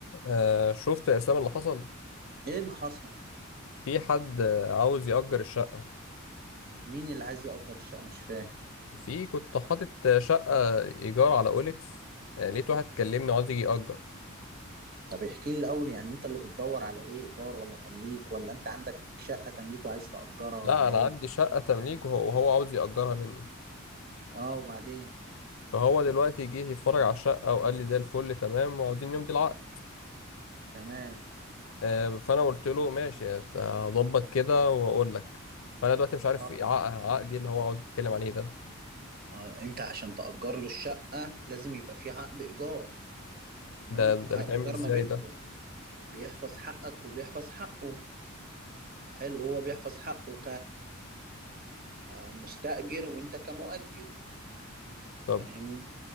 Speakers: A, on the left; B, on the right.
A: آه شفت يا اسلام اللي حصل
B: ايه اللي حصل
A: في حد آه، عاوز يأجر الشقة
B: مين اللي عايز يأجر الشقة مش فاهم
A: في كنت حاطط آه، شقة إيجار على أوليكس آه لقيت واحد كلمني عاوز يجي يأجر
B: طب احكي لي الاول يعني انت اللي بتدور على ايه ايجار ولا تمليك ولا انت عندك شقة تمليك وعايز تأجرها
A: لا
B: ولا
A: أنا
B: ايه
A: عندي شقة تمليك وهو وهو عاوز يأجرها مني
B: اه وبعدين
A: فهو دلوقتي جه يتفرج على الشقة وقال لي زي الفل تمام وعاوزين نمضي العقد
B: تمام
A: آه فأنا قلت له ماشي هظبط كده وأقول لك فأنا دلوقتي مش عارف
B: اه
A: إيه عقد عقدي اللي هو عاوز يتكلم عليه ده
B: آه، انت عشان تأجر له الشقة لازم يبقى في عقد ايجار تمام
A: ده
B: عقد
A: ده بيتعمل
B: ايجار
A: إزاي
B: ما بينكم
A: ده
B: بيحفظ حقك وبيحفظ حقه حلو هو بيحفظ حقه كمستأجر وانت كمؤجر فاهمني
A: طب